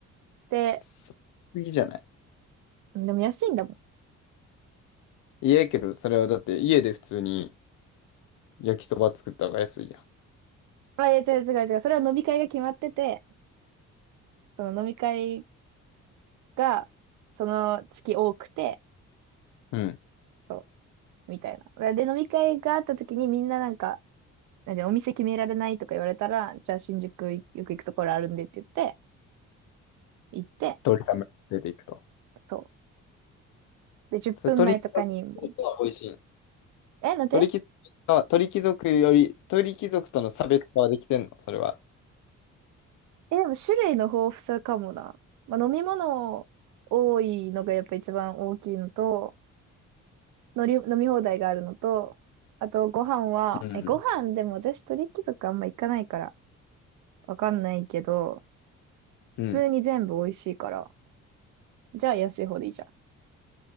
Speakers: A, on the right; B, on the left.
A: で、
B: そ次じゃない
A: でも安いんだもん。
B: いやけど、それはだって家で普通に焼きそば作った方が安いや
A: あ、いや、違う違う違う。それは飲み会が決まってて、その飲み会が、その月多くて、
B: ん。うん。
A: そう、みたいな。で、飲み会があった時にみんななんか、なんでお店決められないとか言われたら、じゃあ新宿よく行くところあるんでって言って、行って、
B: 鶏さんま連れていくと。
A: そう。で、10分前とかにもう、
B: それ鳥貴族は美味しい。
A: え、なんで
B: 鳥貴族は、鳥貴族より、鳥貴族との差別化はできてんのそれは。
A: え、でも種類の豊富さかもな。まあ、飲み物多いのがやっぱ一番大きいのと、のり、飲み放題があるのと、あとご飯は、
B: うん。
A: え、ご飯でも私鳥貴族あんま行かないから、わかんないけど、
B: うん。
A: 普通に全部美味しいから、じゃあ安い方でいいじゃ